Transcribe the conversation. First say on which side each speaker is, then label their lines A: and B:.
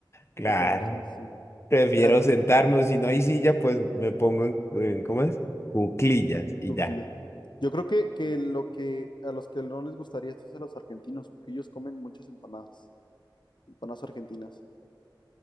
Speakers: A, on the left; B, on the left.
A: Claro,
B: Saca la conversación, sí.
A: prefiero
B: Te- te-
A: sentarme o si no hay silla, pues me pongo en, en- ¿cómo es? Cuclillas
B: te
A: y
B: concluyes.
A: ya.
B: Yo creo que, que lo que a los que no les gustaría esto es a los argentinos, porque ellos comen muchas empanadas, empanadas argentinas.